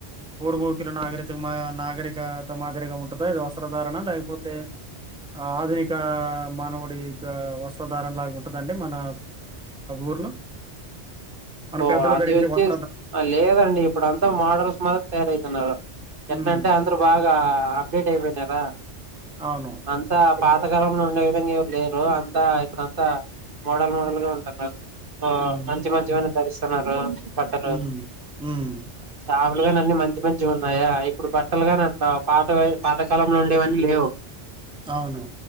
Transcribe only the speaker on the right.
ఓ
అది
వచ్చేసి
లేదండి ఇప్పుడు అంత మోడల్స్ మాత్ర తయారవుతున్నారు
ఎట్లాంటే అందరు బాగా అప్డేట్ అయిపోయినారా
అంత పాతకాలంలో ఉండే విధంగా ఎవరు లేరు అంతా ఇప్పుడంతా మోడల్ మోడల్ గా ఉంటున్నారు
మంచి మంచివని ధరిస్తున్నారు బట్టలు
చ పలు కాని అన్ని మంచి మంచి ఉన్నాయా ఇప్పుడు బట్టలు కాని అట్లా పాత పాతకాలంలో ఉండేవన్నీ లేవు